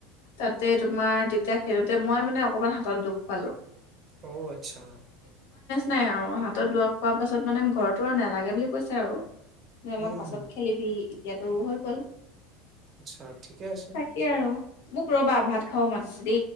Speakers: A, on the left (about 80°); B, on the right (about 25°).
A: তাতে তোমাৰ তেতিয়া খেলোতে মই মানে অকমান হাতত দুখ পালো
B: অ আচ্ছা
A: নাই আৰু ত দৰৱ খোৱাৰ পাছত মানে ঘৰত তোমাক নালাগে বুলি কৈছে আৰু অলপ
B: উম,
A: পাছত
B: হম,
A: খেলিবি এতিয়াতো হৈ গল
B: আচ্ছা ঠিকে আছে
A: তাকে আৰু মোক ৰবা ভাত খাব মাতছি